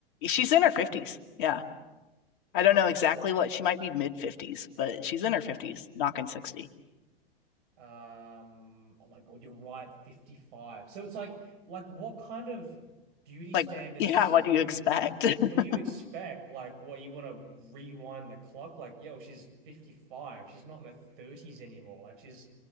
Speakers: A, on the left; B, on the right.
A: she's in her 50s. Yeah. I don't know exactly what she might be mid 50s, but she's in her 50s, knocking 60.
B: Um, oh my God, you're right, 55. So it's like, like what kind of beauty
A: Like,
B: standards
A: <laughs> yeah, what
B: are
A: do
B: you?
A: you expect? <laughs>
B: What do you expect? Like, what you want to rewind the clock? Like, yo, she's 55. She's not in her 30s anymore. Like, she's